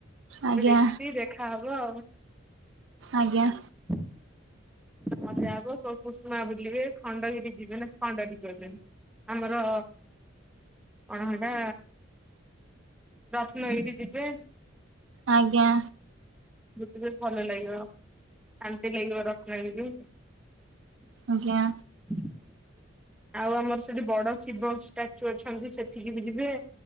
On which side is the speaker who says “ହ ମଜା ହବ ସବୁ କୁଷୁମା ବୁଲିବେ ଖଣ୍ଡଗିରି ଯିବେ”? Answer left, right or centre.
Centre